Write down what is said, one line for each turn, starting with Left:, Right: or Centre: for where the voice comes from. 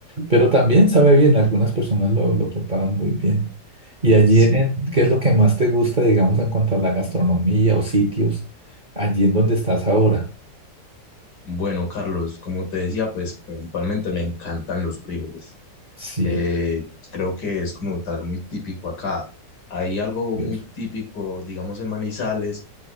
Right: Pero también sabe bien, algunas personas lo, lo preparan muy bien. Y allí,
Left: Sí.
Right: en el- ¿qué es lo que más te gusta, digamos, en cuanto a la gastronomía o sitios, allí en donde estás ahora?
Left: Bueno, Carlos, como te decía, pues principalmente me encantan los frijoles.
Right: Sí,
Left: Eh, creo que es como tal muy típico acá. Hay algo
Right: Dios.
Left: muy típico, digamos, en Manizales,